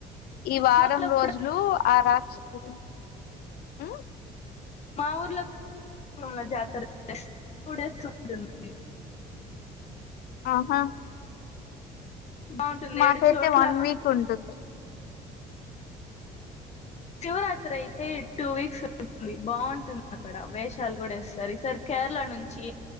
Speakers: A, on the left (about 65°); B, on the left (about 40°).
A: ఈ వారం
B: మా ఊర్లో
A: రోజులు
B: కూడా
A: ఆ రాక్షసుడు మ్మ్
B: మా ఊర్లో <unintelligible> జాతర <unintelligible> టు డేస్ ఉంటుంది
A: ఆహా
B: బాగుంటుంది
A: మాకైతే
B: ఏడు చోట్ల
A: వన్ వీక్ ఉంటుంది
B: శివరాత్రి అయితే టూ వీక్స్ ఉంటంది బాగుంటుంది అక్కడ వేషాలు కూడా ఇస్తారు ఈ సార్ కేరళ నుంచి